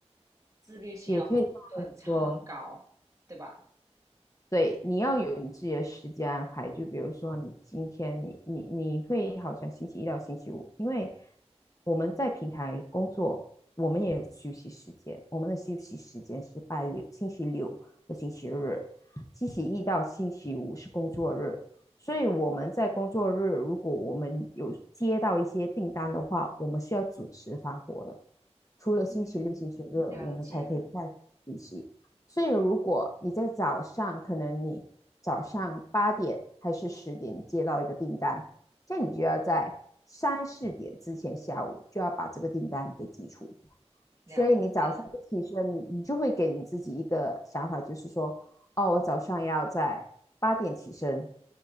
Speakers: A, on the right; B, on the left.
A: 自律性要很很很高，
B: 也可以这么说。
A: 对吧？
B: 对，你要有你自己的时间安排。就比如说，你今天你你你会好像星期一到星期五，因为我们在平台工作，我们也有休息时间。我们的休息时间是拜六、星期六和星期日，星期一到星期五是工作日。所以我们在工作日，如果我们有接到一些订单的话，我们是要准时发货的。除了星期六、
A: 嗯，
B: 星期日，
A: 了解
B: 我们才可以再补习。所以如果你在早上，可能你早上八点还是十点接到一个订单，这样你就要在三四点之前下午就要把这个订单给寄出。
A: 了解。
B: 所以你早上一起身，你你就会给你自己一个想法，就是说哦，我早上要在八点起身，